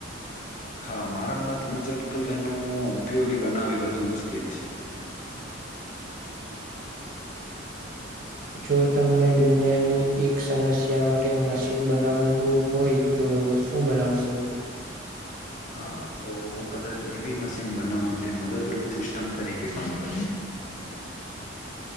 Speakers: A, on the left (about 40°); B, on the right (about 45°).
A: હા મારા મત મુજબ તો તેનું ઉપયોગી બનાવી વધુ મુશ્કેલ છે.
B: જો તમને દુનિયાની એક સમસ્યા માટે મશીન બનાવવું હોય તો તો શું બનાવશું?
A: હા તો હું કદાચ એવી મશીન બનાવું જે મદદરૂપ સિસ્ટમ તરીકે કામ કરશ. <inaudible>